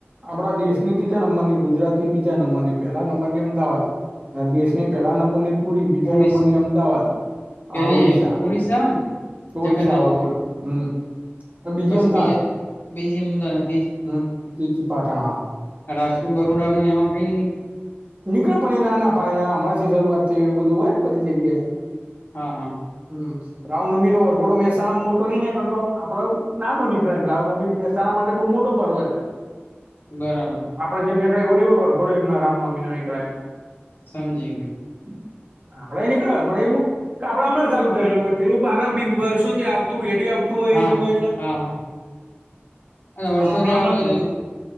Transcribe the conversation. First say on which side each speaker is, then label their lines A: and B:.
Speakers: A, on the right; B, on the left.
A: આપણા દેશની તીજા નંબર ની, ગુજરાતની બીજા નંબર ની, પહેલા નંબર ની અમદાવાદ. અને દેશની પહેલા નંબર ની પુરી, બીજા
B: ઓડિશા
A: નંબરની અમદાવાદ.
B: પેલી
A: આ ઓડીશા.
B: ઓડિશા આવે ને
A: ઓડિશા
B: જગન્નાથપુરી
A: આવા પૂર, હમ્મ. ને બીજી
B: પછી
A: અમદાવાદ.
B: બીજા બીજી અમદાવાદ
A: હમ્મ, તીજી પાટણ હા.
B: આ રાજકોટ બરોડામાં એમાં કંઈ નઈ નીકળે?
A: નીકળે પણ ઈ ના પાયેના, હમણાંથી શરૂઆત થઈ એવું બધું હોય ને બધી જગ્યાએ.
B: હા, હા.
A: હમ્મ. રાવનમીનો વરઘોડો મહેસાણામાં મોટો નઈ નીકળતો આપડે નાનો નીકળે રાવનમી માટે બહુ મોટો પર્વ જ હોય.
B: બરાબર.
A: આપડે જેમ નીકળી એવ નીવ ઘોડ એમ રામનોમીનો નીકળે એમ.
B: સમજી ગયો.
A: હમ. આપણે નીકળે પણ એવું ક આપડા હમણાં ચાલુ કરેલું હોય પેલું પ્રારંભિક વર્ષોથી આવતું એડી આવતું હોય
B: હા
A: એથી હોય એટલે
B: હા, અને વર્ષોથી
A: આપડા
B: આવજોને.
A: હમણાંથી હોય.